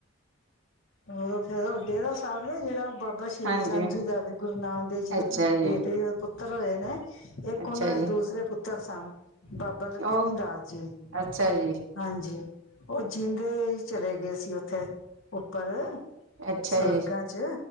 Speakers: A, on the left; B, on the right.
A: ਮਤਲਬ ਫੇਰ ਡੇਰਾ ਸਾਬ੍ਹ ਨੀ ਜਿਹੜਾ ਬਾਬਾ ਸ਼੍ਰੀ
B: ਹਾਂਜੀ।
A: ਚੰਦ ਜੀ ਦਾ, ਵੀ ਗੁਰੂ ਨਾਨਕ ਦੇਵ ਜੀ
B: ਅੱਛਾ ਜੀ,
A: ਬੇਟੇ ਪੁੱਤਰ ਹੋਏ ਨੇ ਇੱਕ
B: ਅੱਛਾ
A: ਓਨਾਂ ਦੇ
B: ਜੀ
A: ਦੂਸਰੇ ਪੁੱਤਰ ਸਨ। ਬਾਬਾ ਲਕਸ਼ਮੀ
B: ਉਹ
A: ਦਾਸ ਜੀ,
B: ਅੱਛਾ ਜੀ।
A: ਹਾਂਜੀ। ਉਹ ਜੀਂਦੇ ਈ ਚਲੇ ਗਏ ਸੀ ਉੱਥੇ ਉੱਪਰ
B: ਅੱਛਾ
A: ਸਵਰਗਾਂ
B: ਜੀ,
A: 'ਚ